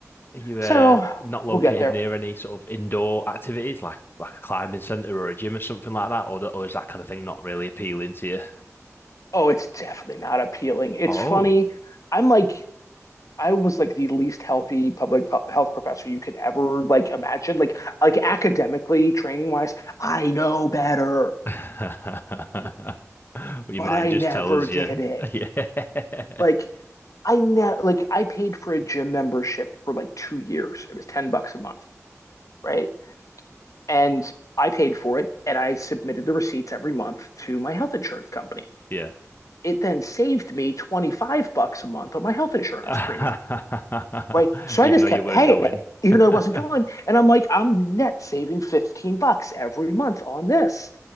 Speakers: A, on the left (about 40°); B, on the left (about 80°).
A: you uh,
B: So
A: not located
B: we'll get there.
A: near any sort of indoor activities like like a climbing center or a gym or something like that, or or is that kind of thing not really appealing to you?
B: Oh, it's definitely not appealing. It's
A: Oh.
B: funny. I'm like I was like the least healthy public health professor you could ever like imagine. Like like academically, training wise, I know better,
A: <laughs> Well, your
B: but
A: mind
B: I
A: just
B: never
A: tells
B: did
A: you.
B: it.
A: <laughs> Yeah.
B: Like I ne like I paid for a gym membership for like two years. It was 10 bucks a month, right? And I paid for it and I submitted the receipts every month to my health insurance company.
A: Yeah.
B: It then saved me 25 bucks a month on my health insurance
A: <laughs>
B: premium. right? So
A: Even
B: I just
A: though
B: kept
A: you weren't
B: paying
A: going.
B: it, even
A: <laughs>
B: though it wasn't going. And I'm like, I'm net saving 15 bucks every month on this.